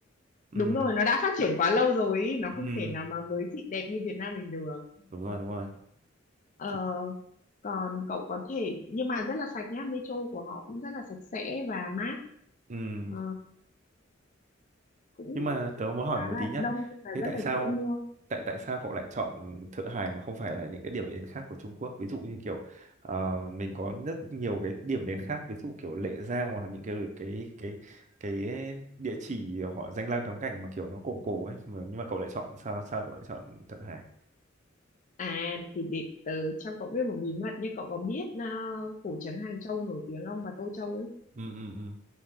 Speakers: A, on the right; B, on the left.
A: Ừ.
B: đúng rồi nó đã phát triển quá lâu rồi ý, nó
A: Ừ.
B: không thể nào mà mới xịn đẹp như Việt Nam mình được
A: Đúng rồi, đúng rồi.
B: Ờ,
A: Thì,
B: còn cậu có thể nhưng mà rất là sạch nhá metro của họ cũng rất là sạch sẽ và mát
A: ừ.
B: Ờ, cũng
A: nhưng mà tớ muốn hỏi
B: khá
A: một
B: là
A: tí nhá
B: đông nhưng mà
A: thế
B: rất
A: tại
B: là
A: sao
B: dễ mua
A: tại tại sao cậu lại chọn Thượng Hải mà không phải là những cái điểm đến khác của Trung Quốc ví dụ như kiểu ờ, mình có rất nhiều cái điểm đến khác ví dụ kiểu Lệ Giang hoặc là những cái cái cái cái địa chỉ họ danh lam thắng cảnh mà kiểu nó cổ cổ ấy mà nhưng mà cậu lại chọn sao sao cậu lại chọn Thượng Hải
B: à thì để tớ cho cậu biết một bí mật nhé cậu có biết à, cổ trấn Hàng Châu nổi tiếng không và Tô Châu ấy
A: ừ ừ ừ